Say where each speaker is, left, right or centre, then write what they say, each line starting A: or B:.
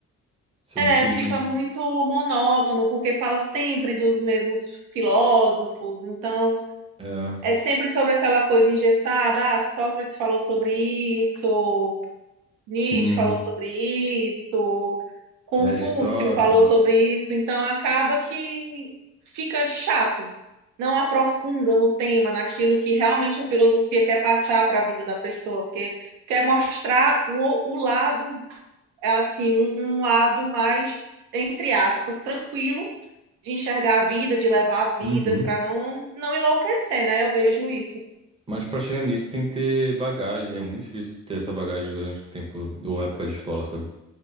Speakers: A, on the right; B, on the right.
A: Sendo
B: É,
A: que,
B: fica muito monótono, porque fala sempre dos mesmos filósofos, então
A: é,
B: é sempre sobre aquela coisa engessada, ah, Sócrates falou sobre isso, Nietzsche
A: sim,
B: falou sobre isso, Confúcio
A: é Aristóteles.
B: falou sobre isso, então acaba que fica chato, não aprofunda no tema, naquilo que realmente a filosofia quer passar para a vida da pessoa, porque quer mostrar o, o lado, é assim, um, um lado mais, entre aspas, tranquilo de enxergar a vida, de levar a vida,
A: Uhum.
B: para não, não enlouquecer, né? Eu vejo isso.
A: Mas pra chegar nisso tem que ter bagagem. É muito difícil ter essa bagagem durante o tempo ou época de escola, sabe?